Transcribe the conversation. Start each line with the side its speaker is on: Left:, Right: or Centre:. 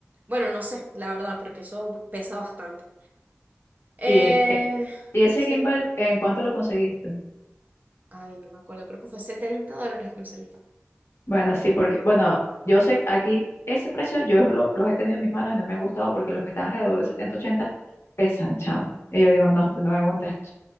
Right: bueno, no sé, la verdad, porque eso pesa bastante. Eh,
Left: Sí, eh, ¿y ese
Right: sí,
Left: gimbal en cuánto lo conseguiste?
Right: ay, no me acuerdo, creo que fue 70 dólares que me salió.
Left: Bueno, sí, porque, bueno, yo sé que aquí ese precio, yo lo- los he tenido en mis manos y no me han gustado porque los que están alrededor de 70 80 pesan, chamo. Y yo digo, no, no me aguanta esto.